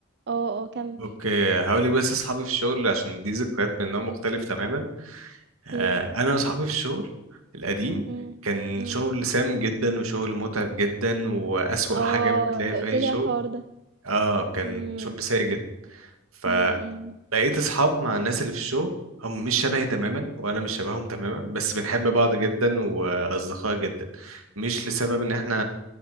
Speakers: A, on the right; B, on the right.
A: اه اه كمل
B: اوكي هقول لك بس اصحابي في الشغل عشان دي ذكريات من نوع مختلف تماما آه،
A: ايه
B: انا واصحابي في الشغل القديم
A: امم
B: كان
A: امم
B: شغل سام جدا وشغل متعب جدا واسوأ
A: اه
B: حاجة ممكن تلاقيها
A: انت
B: في
A: قلت
B: اي
A: لي
B: شغل
A: على الحوار ده
B: اه كان
A: امم
B: شغل سيء جدا فبقيت
A: امم
B: اصحاب مع الناس اللي في الشغل هم مش شبهي تماما وانا مش شبههم تماما بس بنحب بعض جدا واصدقاء جدا مش لسبب ان احنا